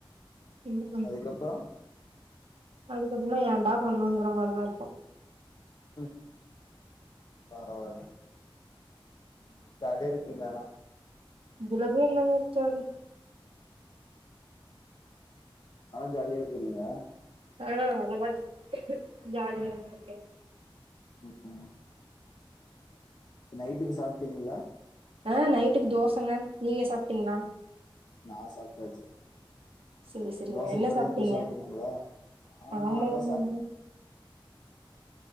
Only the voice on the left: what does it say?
அதுக்கப்பறோ
ம் பரவால்ல ஜாலியா இருப்பிங்க ஆனா
ஆனா ஜாலியா இருக்குறீங்க
ம் ம் நைட்டுக்கு சாப்ட்டீங்களா
நா சாப்டாச்சு
தோச
இனிமேல்தா
போய் சாப்பனுங்களா ஆ
அதா
சாப்